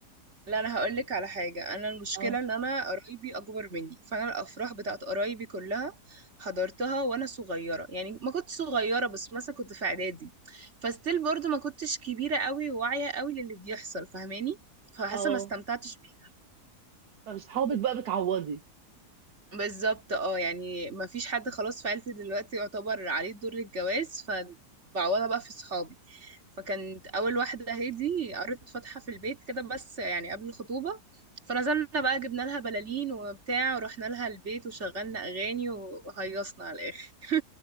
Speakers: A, on the right; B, on the right.
A: لا انا هقول لك على حاجه انا المشكله
B: اه
A: ان انا قرايبي اكبر مني فانا الافراح بتاعت قرايبي كلها حضرتها وانا صغيره يعني ما كنت صغيره بس مثلا كنت في اعدادي فستيل برضو ما كنتش كبيره قوي وواعيه قوي للي بيحصل فاهماني فحاسه
B: اه
A: ما استمتعتش بيها
B: فاصحابك بقى بتعوضي
A: بالظبط اه يعني ما فيش حد خلاص في عيلتي دلوقتي يعتبر عليه دور الجواز فبعوضها بقى في صحابي فكانت اول واحده هادي قريت فاتحه في البيت كده بس يعني قبل الخطوبه فنزلنا بقى جبنا لها بلالين وبتاع ورحنا لها البيت وشغلنا اغاني وهيصنا على الاخر